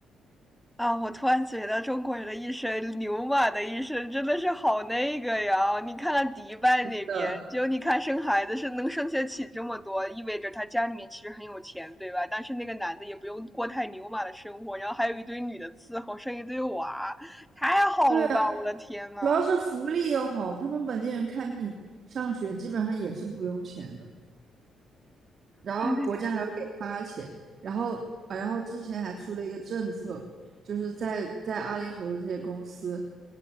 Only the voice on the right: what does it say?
的，
对啊，
主要是福利又好，他们本地人看病、上学基本上也是不用钱的。然后国家还会给发钱，
然后啊，然后之前还出了一个政策，就是在在阿联酋的这些公司，